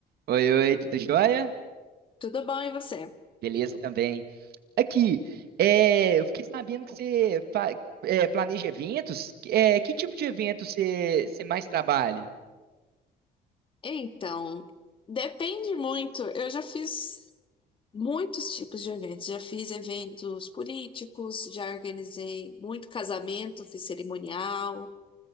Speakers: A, on the right; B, on the left.
A: Oi, oi, tudo jóia?
B: Tudo bom, e você?
A: Beleza também. Aqui, é, eu fiquei sabendo que você fa- é, planeja eventos. É, que tipo de evento você, você mais trabalha?
B: Então, depende muito. Eu já fiz muitos tipos de eventos. Já fiz eventos políticos, já organizei muito casamento, fiz cerimonial,